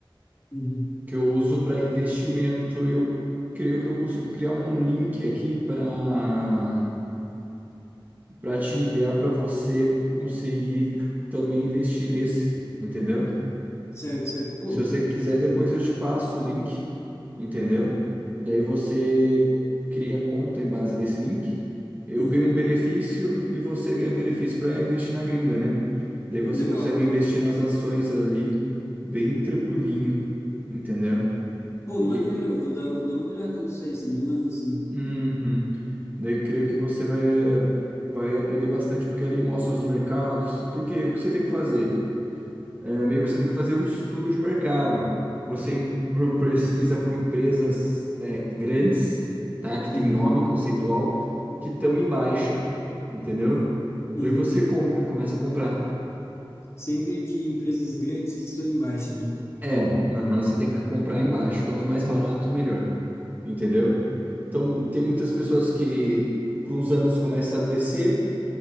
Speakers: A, on the left; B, on the right.
A: Uhum.
B: que eu uso para investimento, eu creio que eu consigo criar um link aqui para para te enviar para você conseguir também investir nesse, entendeu?
A: Certo, certo. Bom,
B: Se você quiser, depois eu te passo o link, entendeu? Daí você cria conta em base desse link. Eu
A: uhum.
B: ganho um benefício e você ganha um benefício para investir na gringa, né? Daí você
A: Legal,
B: consegue
A: legal.
B: investir nas ações ali bem tranquilinho, entendeu?
A: Pô,
B: E,
A: maneiro, eu vou dar, vou dar uma olhada nisso aí, você me manda assim.
B: Uhum. Daí creio que você vai, vai aprender bastante, porque ele mostra os mercados. Porque o que você tem que fazer? É, meio que você tem que fazer o estudo de mercado. Você pro- pesquisa por empresas é, grandes, tá? Que tem
A: Uhum,
B: nome conceitual, que estão em baixa, entendeu?
A: uhum.
B: Daí você compra, começa a comprar.
A: Sempre de empresas grandes que estão em baixa, né?
B: É, aham, você tem que comprar em baixo. Quanto mais barato, melhor, entendeu? Então, tem muitas pessoas que, por uns anos, começa a descer.